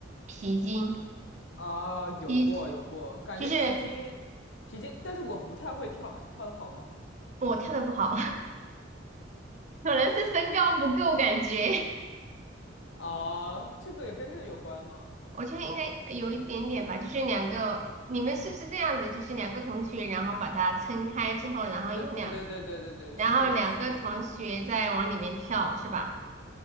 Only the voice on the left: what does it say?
啊，有过有过，
感觉皮筋皮筋，
但是我不太会跳，你跳的好吗？
啊，这个也跟这个有关吗？
对对对对对对对，
是的，是的。